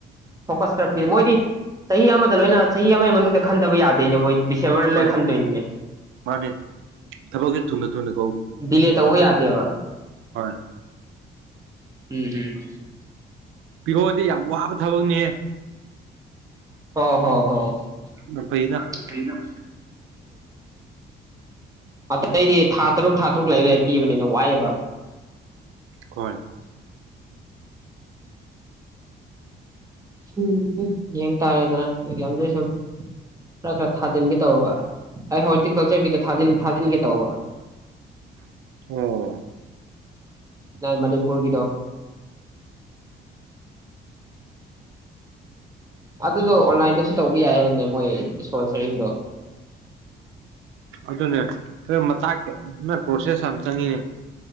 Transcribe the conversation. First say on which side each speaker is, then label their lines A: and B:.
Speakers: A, on the right; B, on the right.
A: ꯐꯣꯀꯁ ꯈꯔ ꯄꯤ ꯃꯣꯏꯗꯤ ꯆꯍꯤ ꯑꯃꯗ ꯂꯣꯏꯅ ꯆꯍꯤ ꯑꯃꯒꯤ ꯃꯅꯨꯡꯗ ꯈꯟꯗꯕ ꯌꯥꯗꯦꯅꯦ ꯃꯣꯏ ꯗꯤꯁꯦꯝꯕꯔ
B: ꯍꯣꯏ
A: ꯂꯣꯏ ꯈꯟꯗꯣꯏꯅꯤꯅꯦ
B: ꯃꯥꯅꯤ ꯊꯒꯤ ꯇꯅꯅ
A: ꯂꯦ ꯇ ꯎ ꯌꯥꯗꯦꯕ
B: ꯍꯣꯏ
A: ꯎꯝ ꯍꯝ
B: ꯄꯕꯤꯔꯣꯗꯤ ꯌꯥꯝ ꯋꯥꯕ ꯊꯕꯛꯅꯤꯍꯦ
A: ꯍꯥꯎ ꯍꯣꯏ ꯍꯣꯏ
B: ꯐꯩꯗ
A: ꯎꯝ ꯑꯇꯩꯗꯤ ꯊꯥ ꯇꯔꯨꯛ ꯊꯥ ꯇꯔꯨꯛ ꯂꯩꯔ ꯄꯤꯕꯅꯤꯅ ꯋꯥꯏꯑꯦꯕ
B: ꯍꯣꯏ
A: ꯎꯝ ꯌꯦꯡ ꯇꯥꯔꯦꯗꯅꯗ ꯁꯨꯝ ꯈꯔ ꯈꯔ ꯊꯥꯖꯤꯟꯒꯦ ꯇꯧꯕ ꯑꯩ ꯍꯣꯔꯇꯤꯀꯜꯆꯔꯒꯤꯁꯨ ꯊꯥꯖꯤꯟꯒꯦ ꯇꯧꯕ
B: ꯑꯣ
A: ꯅ ꯃꯅꯤꯄꯨꯔ ꯀꯗꯣ ꯑꯗꯨꯗꯣ ꯑꯣꯟꯂꯥꯏꯟꯗꯁꯨ ꯇꯧꯕ ꯌꯥꯏ ꯍꯦꯅꯦ ꯃꯣꯏ ꯏꯁꯄꯣꯟꯁꯔꯤꯡꯗꯣ
B: ꯑꯗꯨꯅꯦ ꯃꯇꯥ ꯅ ꯀꯣꯔꯁꯦꯁ ꯆꯅꯤꯅꯦ